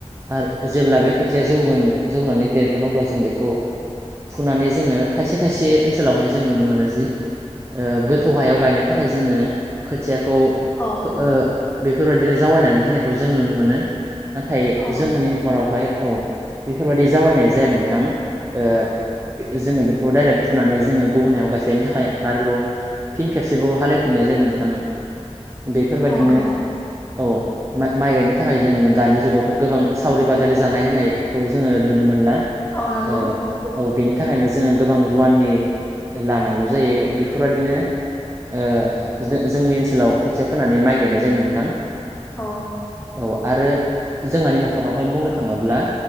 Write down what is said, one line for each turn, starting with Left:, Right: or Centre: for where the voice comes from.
Right: आर जेब्ला बे खोथिया जौगोन जौनानै देरगोन अब्ला जों जों बेखौ फुनानै जोङो खायसे खायसे ओनसोलावहाय जों नुनो मोनो जि ओ गोथौ हायाव गायनो थाखाय जोङो खोथियाखौ
Left: औ
Right: फो ओ बेफोरबायदिनो जावैनानै दोननायखौ जों नुनो मोनो। नाथाय
Left: औ
Right: जोंहानि न'खरावहाय औ बेफोरबायदि जावायनाय जाया नोंथां। ओ जोङो बेखौ डाइरेक्ट फुनानै जोङो गुबुन हायाव गायस्लायनो थाखाय आरोबाव फिन खेबसेबाव हालेवफिननाय जायो नोंथां। बेफोरबादिनो
Left: औ नंगौ
Right: औ। माइ-माइ गायनो थाखाय जों दानि जुगावथ' गोबां सावरि बादालि जानाय होननायखौ जोङो नुनो मोनला।
Left: औ नोंगौ
Right: ओ
Left: औ।
Right: थाखायनो जोङो गोबां रुवाननि लानांगौ जायो। बेफोरबादिनो ओ जों-जोंनि ओनसोलाव खोथिया फोनानै माइ गायनाय जायो नोंथां।
Left: औ।
Right: अ आरो जोंहानि न'खरावहाय बुंनो थाङोब्ला